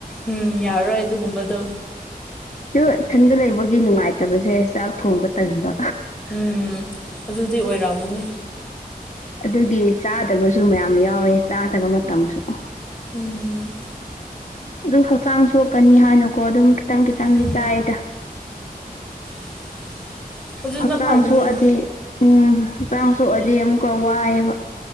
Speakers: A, in the centre; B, on the left.
A: ꯎꯝ ꯌꯥꯔꯣ ꯑꯗꯨꯗꯨ ꯒꯨꯝꯕꯗꯣ
B: ꯑꯗꯣ ꯏꯊꯟꯗ ꯂꯩꯕꯒꯤ ꯅꯨꯡꯉꯥꯏꯇꯕꯁꯦ ꯆꯥꯛ ꯊꯣꯡꯕ ꯇꯟꯕ
A: ꯎꯝ ꯑꯗꯨꯗꯤ ꯑꯣꯏꯔꯝꯑꯝꯒꯅꯦ
B: ꯑꯗꯨꯒꯤ ꯆꯥꯗꯕꯁꯨ ꯃꯌꯥꯝ ꯌꯥꯎꯋꯦ ꯆꯥꯗꯕ ꯃꯇꯝꯁꯨ
A: ꯎꯝ
B: ꯑꯗꯨ ꯍꯛꯆꯥꯡ ꯁꯣꯛꯀꯅꯤ ꯍꯥꯏꯅꯀꯣ ꯑꯗꯨꯝ ꯈꯤꯇꯪ ꯈꯤꯇꯪꯗꯤ
A: ꯎꯝ
B: ꯆꯥꯏꯗ
A: <inaudible>
B: ꯍꯛꯆꯥꯡ
A: ꯐꯕꯅꯦ
B: ꯁꯣꯛꯑꯗꯤ ꯎꯝ ꯍꯛꯆꯥꯡ ꯁꯣꯛꯑꯗꯤ ꯑꯃꯨꯛꯀ ꯋꯥꯏꯑꯦꯕ